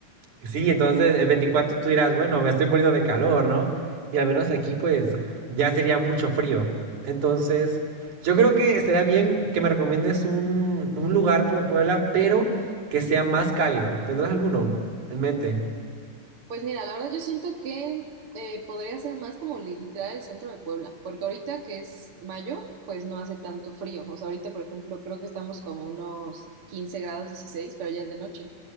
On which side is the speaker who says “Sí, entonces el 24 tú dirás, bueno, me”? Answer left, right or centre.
Right